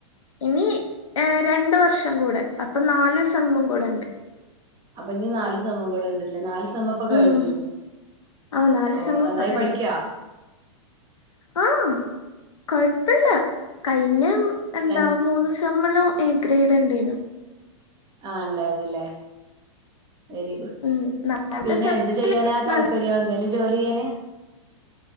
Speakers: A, on the left; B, on the right.
A: ഇനി എ രണ്ട് വർഷം കൂടെ അപ്പൊ നാല് സെമ്മും കൂടെണ്ട്
B: അപ്പൊഞ്ഞി നാല് സെമ്മും കൂടെണ്ട്ലെ നാല് സെമ്മും ഇപ്പോ കയിഞ്ഞു
A: ഉം. ആ നാല്
B: ഓഹ്
A: സെം
B: നന്നായി
A: ഇപ്പൊ കഴിഞ്ഞു
B: പഠിക്കോ
A: ആ കൊഴപ്പില്ല കഴിഞ്ഞ എന്താ
B: എ
A: മൂന്ന് സെമ്മിലും എ ഗ്രേഡ് ഇണ്ടേനു
B: ആ ഉണ്ടായിരുന്ന്ലെ വെരി ഗുഡ്
A: ഉം. നാലാമത്തെ
B: പിന്നെ
A: സെമ്മില്
B: എന്ത് ചെയ്യാനാ താല്പര്യം
A: നല്ല
B: എന്തെലും ജോലി ചെയ്യാന്